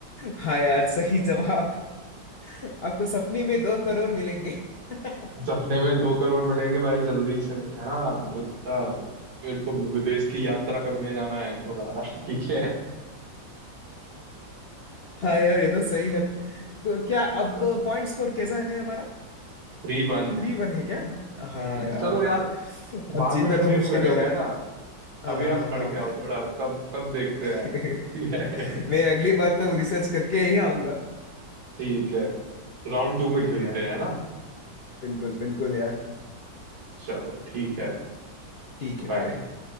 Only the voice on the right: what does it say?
सपने में दो करोड़ मिलेंगे भाई जल्दी से है ना थोड़ा मेरे को विदेश की यात्रा करने जाना है थोड़ा ठीक है
<laughs>
Three one
हम्म
चलो यार
बाद
में कंटिन्यू
करेंगे
है
ना
अभी
आप पढ़
के आओ थोड़ा तब तब देखते हैं
ठीक है
<laughs> ठीक है राउंड टू में
खेलते
हैं है ना
चलो ठीक है
बाय